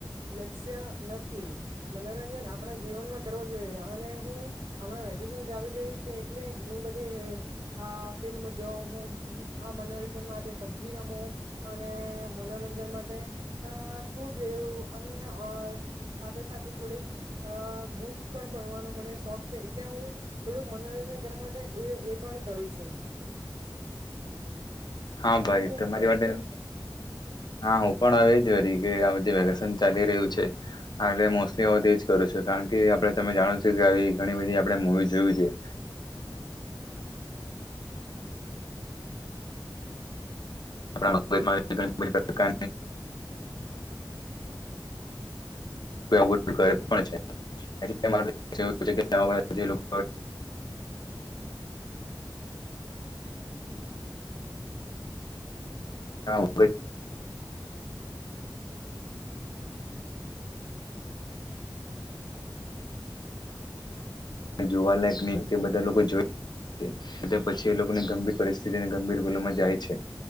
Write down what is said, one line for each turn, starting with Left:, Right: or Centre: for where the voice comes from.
Right: લક્ષ્ય નથી મનોરંજન આપણા જીવનમાં કરવું જોઈએ અને હું હમણાં વેકેશન ચાલી રહ્યું છે એટલે ઘણી બધી આ ફિલ્મ જોઉ હું આ મનોરંજન માટે પબજી રમું અને મનોરંજન માટે અ ખુબ એવું અને સાથે સાથે થોડીક બુક્સ પણ ભણવાનો મને શોખ છે એટલે હું થોડુંક મને ઘર માટે એ એ પણ કરું છું
Left: હા
Right: તમે
Left: ભાઈ
Right: કું
Left: તમારી
Right: હું કરું
Left: માટે હા હું પણ હવે જ વરી કે આ વખતે જે વેકેશન ચાલી રહ્યું છે એટલે મોસ્ટલી હું તેજ કરું છું. કે કારણ કે આપડે તમે જાણો છો કે આવી ઘણી બધી આપણે મુવી જોઈ છે કેવી <unintelligible> <unintelligible> <unintelligible> એ લોકો એવું બધું કરે પણ છે. એટલે મા <unintelligible> જે લોકો <unintelligible> <unintelligible> <unintelligible> જોવાલાયક નહી બધા લોકો જોયું. પછી એ લોકોની ગંભીર પરિસ્થિતિને ગંભીર ગુલોમાં જાય છે.